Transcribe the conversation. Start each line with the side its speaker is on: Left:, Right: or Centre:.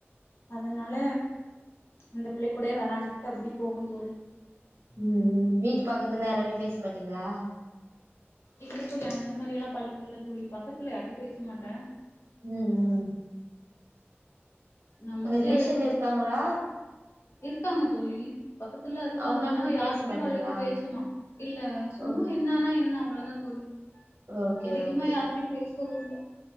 Left: அதனால அந்த பிள்ளை கூடயே வெளாண்டுட்டு அப்டியே போகும் தோழி
Right: ம் ம் வீட்டுப் பக்கத்துல யாரான்டையு பேச மாட்டீங்களா
Left: இல்ல தோழி அந்த மாரில்லா பழக்க இல்ல தோழி பக்கத்துல யார்ட்டையு பேச மாட்ட
Right: ம் ம்
Left: நமக்கு
Right: உங்க ரிலேஷன் இருக்காங்ளா
Left: இருக்காங்க தோழி பக்கத்துல இருக்காங்க
Right: அவங்களாண்ட
Left: ஆனா யாரிட்டயு
Right: பேச மாட்டீங்களா
Left: அவ்ளவுக்கு பேச்சமா இல்ல சும்மா
Right: ஓ
Left: இரு என்னனா என்ன அவ்ளதா தோழி
Right: ஓகே
Left: அதிகமா
Right: ஓகே
Left: யார்கிட்டயு பேசறதில்ல